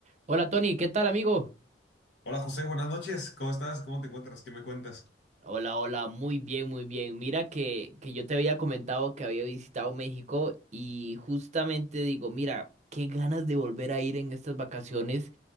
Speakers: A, on the right (about 40°); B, on the left (about 80°).
A: Hola Tony, ¿qué tal amigo?
B: Hola José, buenas noches. ¿Cómo estás? ¿Cómo te encuentras? ¿Qué me cuentas?
A: Hola, hola, muy bien, muy bien. Mira que, que yo te había comentado que había visitado México y justamente digo, mira, qué ganas de volver a ir en estas vacaciones